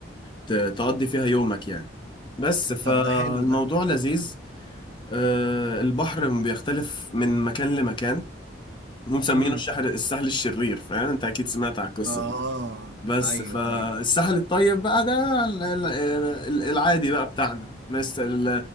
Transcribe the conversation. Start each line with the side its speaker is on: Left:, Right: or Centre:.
Left: ت- تقضي فيها يومك يعني بس فالموضوع
Right: طب ده حلو ده
Left: لذيذ آه، البحر بيختلف من مكان لمكان ومسمينه
Right: امم
Left: الشحر الساحل الشرير فاهم انت اكيد سمعت عن القصه
Right: اه
Left: دي بس
Right: ايوه
Left: فالساحل
Right: ايوه
Left: الطيب بقى ده ال- ال- ال- العادي بقى بتاعنا مثل ال-